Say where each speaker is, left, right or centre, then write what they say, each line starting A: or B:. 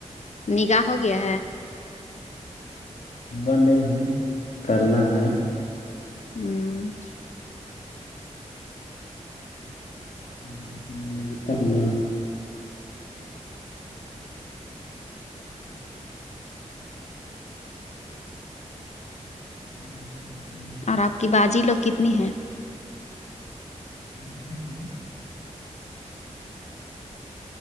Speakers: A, on the left (about 65°); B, on the left (about 80°).
A: نگا ہو گیا ہے
B: ہوا نہیں ہے کرنا ہے
A: ہمم اچھ
B: <unintelligible> <unintelligible>
A: اور آپ کی باجی لوگ کتنی ہیں
B: <unintelligible>